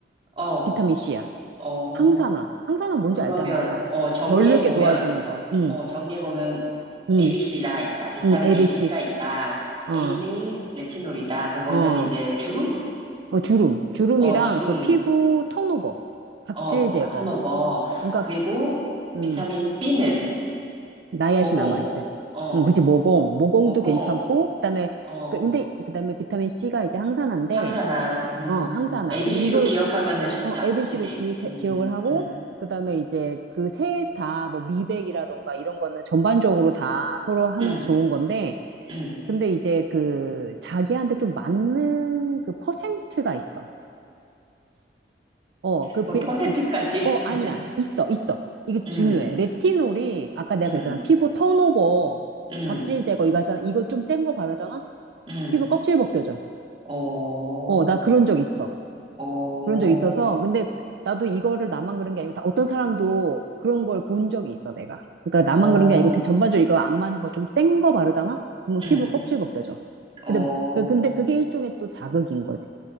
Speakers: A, on the right; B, on the right.
A: 어,
B: 비타민C야.
A: 어,
B: 항산화. 항산화 뭔지
A: 그러면,
B: 알잖아.
A: 어, 정리해보면,
B: 덜 늙게 도와주는 거. 응,
A: 어, 정리해보면
B: 응,
A: ABC가 있다. 비타민
B: 응, ABC.
A: ABC가 있다.
B: 어,
A: A는 레티놀이다. 그거는
B: 어,
A: 이제 주름?
B: 어, 주름. 주름이랑
A: 어, 주름,
B: 그 피부 턴오버. 각질
A: 어,
B: 제거.
A: 아, 턴오버.
B: 그러니까,
A: 그리고
B: 음,
A: 비타민 B는
B: 나이아신
A: 모공,
B: 아마이드.
A: 어,
B: 응, 그치, 모공. 모공도
A: 모공,
B: 괜찮고, 그다음에,
A: 어,
B: 그- 근데, 그다음에 비타민C가 이제 항산화인데,
A: 항산화, 음,
B: 어, 항산화.
A: ABC로
B: 근데 이걸
A: 기억하면은 쉽다.
B: 어, ABC를
A: 그지?
B: 기,
A: 음,
B: 억을 하고,
A: 음,
B: 그 다음에 이제 그 셋 다 뭐 미백이라던가 이런 거는 전반적으로 다 서로 하면서
A: 음,
B: 좋은 건데,
A: 음.
B: 근데 이제 그 자기한테 좀 맞는 그 퍼센트가 있어. 어, 그,
A: 뭐,
B: 비-
A: 퍼센트까지?
B: 그- 어, 아니야.
A: <laughs>
B: 있어, 있어. 이게
A: 음,
B: 중요해. 레티놀이, 아까 내가
A: 음,
B: 그랬잖아. 피부 턴오버,
A: 음,
B: 각질 제거 이거 하잖아. 이거 좀 센 거 바르잖아?
A: 음.
B: 피부 껍질 벗겨져.
A: 어,
B: 어, 나 그런 적 있어.
A: 어,
B: 그런 적 있어서. 근데 나도 이거를 나만 그런 게 아니고 다 어떤 사람도 그런 걸 본 적이 있어, 내가. 그러니까
A: 어,
B: 나만 그런 게 아니고 대- 전반적으로 이거 안 맞는 거 좀 센 거 바르잖아? 그러면 피부
A: 음,
B: 껍질 벗겨져.
A: 어.
B: 근데, 그- 근데 그게 일종의 또 자극인 거지.